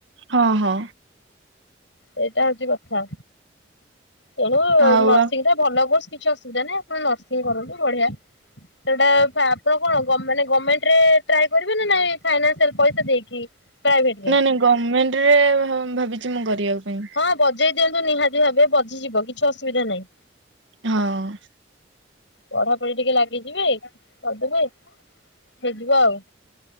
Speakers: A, on the right; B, on the left.
A: ହଁ ହଁ।
B: ସେଇଟା ହଉଚି କଥା ତେଣୁ
A: ଆଉ
B: ନର୍ସିଂ
A: ହଁ।
B: ଟା ଭଲ କୋର୍ସ କିଛି ଅସୁବିଧା ନାହିଁ ଆପଣ ନର୍ସିଂ କରନ୍ତୁ ବଢିଆ। ସେଇଟା ଫା-ଆପଣ କଣ ଗମ୍ ମାନେ ଗମେଣ୍ଟରେ ଟ୍ରାଏ କରିବେ ନା ନାଇଁ ଫଇନାନ୍ସିଆଲ ପଇସା ଦେଇକି? ପ୍ରାଇଭେଟ ରେ
A: ନାଇଁ ନାଇଁ ଗମେଣ୍ଟରେ ଭାବ-ଭାବିଚି ମୁଁ କରିବା ପାଇଁ।
B: ହଁ ବଜେଇ ଦିଅନ୍ତୁ ନିହାତି ଭାବେ ବଜିିଯିବ କିଛି ଅସୁବିଧା ନାହିଁ।
A: ହଁ।
B: ପଢାପଢି ଟିକେ ଲାଗିଯିବେ କରିଦବେ ହେଇଯିବ ଆଉ।